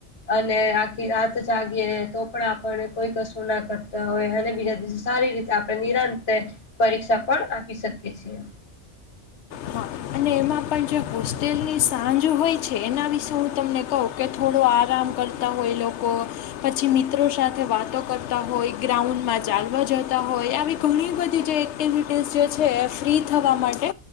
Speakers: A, on the left (about 60°); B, on the left (about 75°).
A: અને આખી રાત જાગી તો પણ કોઈ કશું ના કરતા હોય અને બીજા દિવસે સારી રીતે આપણે નિરાંતે પરીક્ષા પણ આપી શકીએ છીએ.
B: હા અને એમાં પણ જે હોસ્ટેલની સાંજ હોય છે. એના વિશે હું તમને કહું કે થોડો આરામ કર ત હોય એ લોકો લોકો પછી મિત્રો સાથે વાતો કરતા હોય ગ્રાઉન્ડમાં ચાલવા જતા હોય આવી ઘણી બધી જે એક્ટિવિટીઝ જે છે એ ફ્રી થવા માટે